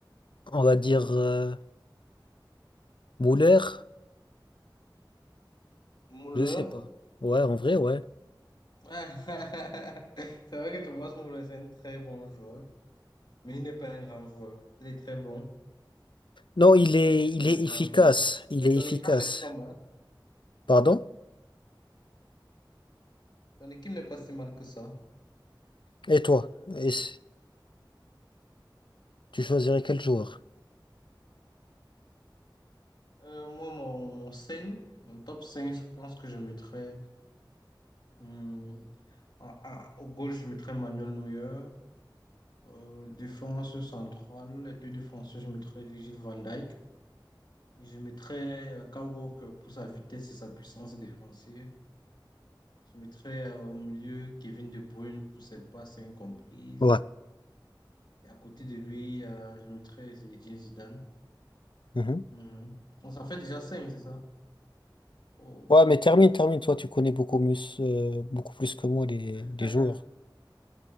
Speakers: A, on the left; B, on the left.
A: on va dire, euh, Muller,
B: Müller.
A: je sais pas. Ouais, en vrai, ouais.
B: Ah, ah, ah. <laughs> C'est vrai que Thomas Müller, c'est un très bon joueur, mais il n'est pas un grand joueur. Il est très bon,
A: Non, il est,
B: mais il n'est
A: il
B: pas
A: est
B: un
A: efficace.
B: grand joueur.
A: Il
B: Mais
A: est
B: ton
A: efficace.
B: équipe, elle est pas mal.
A: Pardon?
B: Ton équipe n'est pas si mal que ça.
A: Et toi, et c- tu choisirais quel joueur?
B: Euh, moi, mon, mon 5 mon top 5 je pense que je mettrais hum, à- à- au goal, je mettrais Manuel Neuer. Euh, défense centrale, les deux défenseurs, je mettrais Virgil van Dijk. Et je mettrais euh, Kyle Walker pour sa vitesse et sa puissance défensive. Je mettrais euh, au milieu Kevin De Bruyne pour ses passes incomprises.
A: Ouais.
B: Et à côté de lui, euh, je mettrais Zinedine Zidane.
A: Mhm.
B: Mhm. On s'en fait déjà 5 c'est ça? Oh.
A: Ouais, mais termine, termine, toi, tu connais beaucoup mieux, euh, beaucoup plus que moi les,
B: <laughs>
A: les joueurs.